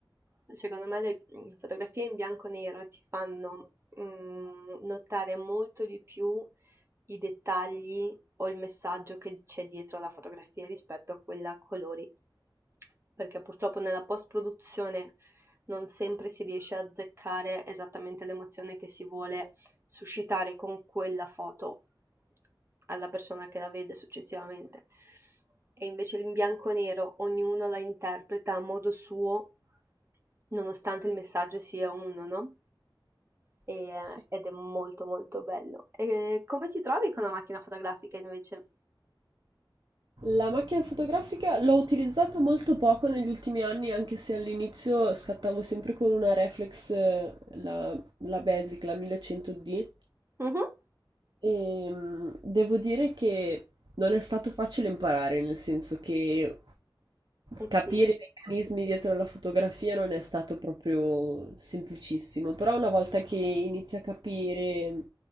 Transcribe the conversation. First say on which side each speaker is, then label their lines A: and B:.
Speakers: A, on the right (about 30°); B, on the right (about 60°).
A: Secondo me le mh, fotografie in bianco e nero ti fanno mh, notare molto di più i dettagli o il messaggio che c'è dietro alla fotografia rispetto a quella a colori, perché purtroppo nella post-produzione non sempre si riesce a azzeccare esattamente l'emozione che si vuole suscitare con quella foto alla persona che la vede successivamente. E invece in bianco e nero ognuno la interpreta a modo suo, nonostante il messaggio sia uno, no? E- eh,
B: Sì.
A: ed è molto molto bello. E come ti trovi con la macchina fotografica invece?
B: La macchina fotografica l'ho utilizzata molto poco negli ultimi anni, anche se all'inizio scattavo sempre con una reflex, eh, la, la Basic, la 1100D,
A: Mhm.
B: Ehm, devo dire che non è stato facile imparare, nel senso che
A: Eh sì.
B: capire i meccanismi dietro alla fotografia non è stato proprio semplicissimo, però una volta che inizi a capire